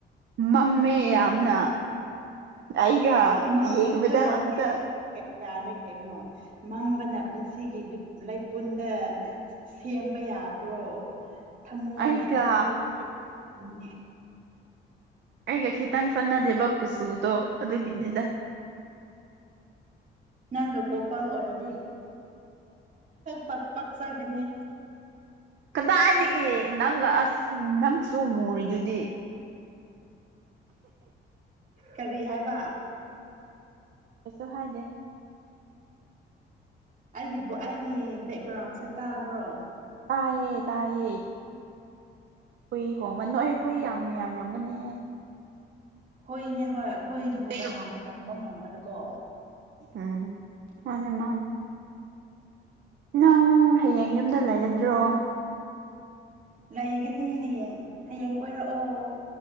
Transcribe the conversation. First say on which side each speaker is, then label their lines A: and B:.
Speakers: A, on the right; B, on the right.
A: ꯃꯝꯃꯦ ꯌꯥꯝꯅ ꯑꯩ
B: ꯃꯝꯕꯗꯨꯔꯛꯇꯤ
A: ꯌꯦꯡꯕꯗꯥ ꯑꯇ
B: ꯌꯥꯔꯦ ꯀꯩꯅꯣ ꯃꯝꯕꯅ ꯄꯨꯟꯁꯤꯒꯤ ꯂꯩꯄꯨꯟꯗ ꯁꯦꯝꯕ ꯌꯥ ꯌꯥꯕ꯭ꯔꯣ ꯊꯃꯣꯏꯅ
A: ꯑꯩꯒ
B: ꯊꯃꯣꯏꯅꯦ
A: ꯑꯩꯒ ꯈꯤꯇꯪ ꯆꯠꯅꯗꯦꯕ ꯀꯨꯆꯨꯗꯣ ꯑꯗꯨꯒꯤꯅꯤꯗ
B: ꯅꯒ ꯀꯣꯄꯥ ꯑꯣꯏꯔꯗꯤ ꯄ ꯄꯛꯆꯒꯅꯤ
A: ꯀꯗꯥꯏꯗꯒꯤ ꯅꯪꯒ ꯑꯁ ꯅꯪ ꯆꯨ ꯃꯨꯔꯤꯗꯨꯗꯤ
B: ꯀꯔꯤ ꯍꯥꯏꯕ
A: ꯀꯁꯨ ꯍꯥꯏꯗꯦ
B: ꯑꯩꯒꯤ ꯑꯩꯒꯤ ꯕꯦꯛꯒ꯭ꯔꯥꯎꯟꯁꯦ ꯇꯥꯕ꯭ꯔꯣ
A: ꯇꯥꯌꯦ ꯇꯥꯏꯌꯦ ꯍꯨꯏ ꯍꯣꯡꯃ ꯅꯣꯏ ꯍꯨꯏ ꯌꯥꯝ ꯌꯥꯝꯔꯝꯒꯅꯤꯌꯦ
B: ꯍꯨꯏꯅꯦ ꯍꯣꯏ ꯍꯨꯏꯗꯨꯕꯨ
A: ꯍꯨꯏꯗꯣ
B: ꯀꯅꯥꯅ ꯇꯝꯕ ꯉꯝꯕ꯭ꯔ ꯀꯣ
A: ꯎꯝ ꯃꯥꯅꯤ ꯃꯥꯥꯟ ꯅꯪ ꯍꯌꯦꯡ ꯌꯨꯝꯗ ꯂꯩꯒꯗ꯭ꯔꯣ
B: ꯂꯩꯒꯅꯤ ꯍꯌꯦꯡ ꯍꯌꯦꯡ ꯀꯣꯏꯔꯛꯑꯣ